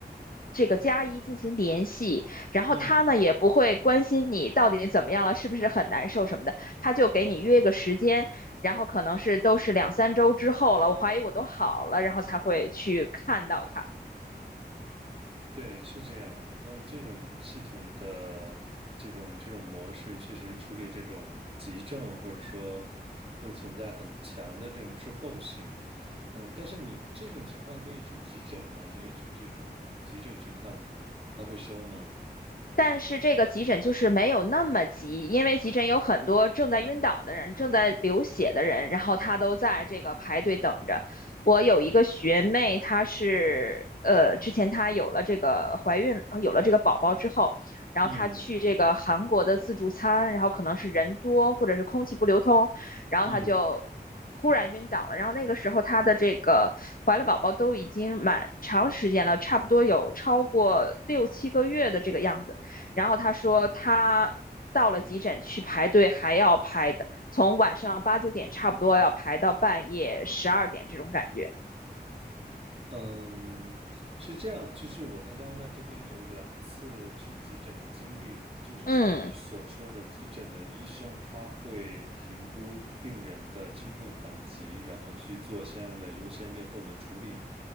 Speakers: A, on the left (about 55°); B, on the right (about 30°).
A: 这个加一进行联系，然后他呢也不会关心你到底怎么样了，
B: 嗯
A: 是不是很难受什么的，他就给你约个时间。然后可能是都是两三周之后了，我怀疑我都好了，然后才会去看到它。
B: 对，是这样，好像这种系统的这种这种模式，确实处理这种急症，或者说会存在很强的这种滞后性。嗯，但是你这种情况可以去急诊吗？直接去这种急诊去看，他会收吗？
A: 但是这个急诊就是没有那么急，因为急诊有很多正在晕倒的人、正在流血的人，然后他都在这个排队等着。我有一个学妹，她是呃，之前她有了这个怀孕，有了这个宝宝之后，然后她去这个韩国的自助餐，
B: 嗯
A: 然后可能是人多或者是空气不流通，然后她就忽然晕倒了。
B: 嗯。
A: 然后那个时候她的这个怀了宝宝都已经蛮长时间了，差不多有超过六七个月的这个样子。然后他说他到了急诊去排队，还要排的，从晚上八九点差不多要排到半夜十二点这种感觉。
B: 嗯，是这样，就是我在加拿大这边有两次去急诊的经历，就是像你所说的，
A: 嗯
B: 急诊的医生他会评估病人的轻重缓急，然后去做相应的优先劣后的处理。